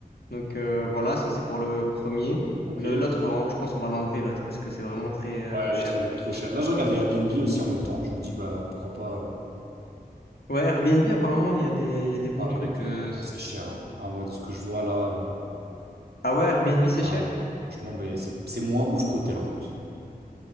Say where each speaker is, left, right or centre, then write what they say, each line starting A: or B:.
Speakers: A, on the left; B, on the right.
A: Donc euh, voilà, ça c'est pour le premier.
B: Ok.
A: Le, l'autre, on- je pense on va l'enlever l'autre parce que c'est vraiment très euh,
B: Ouais,
A: cher.
B: là, c'est vraiment trop cher. Là, je regarde les Airbnb aussi en même temps. Je me dis, bah, pourquoi pas euh,
A: Ouais, Airbnb apparemment il y a des, il y a des bons
B: comparer
A: trucs.
B: les deux.
A: euh.
B: Ah, c'est cher. hein. Ah, moi, de ce que je vois là. euh,
A: Ah ouais, Airbnb c'est
B: Ah
A: cher?
B: ouais. Franchement, bah, c'est c'est moins ouf qu'hôtel en plus.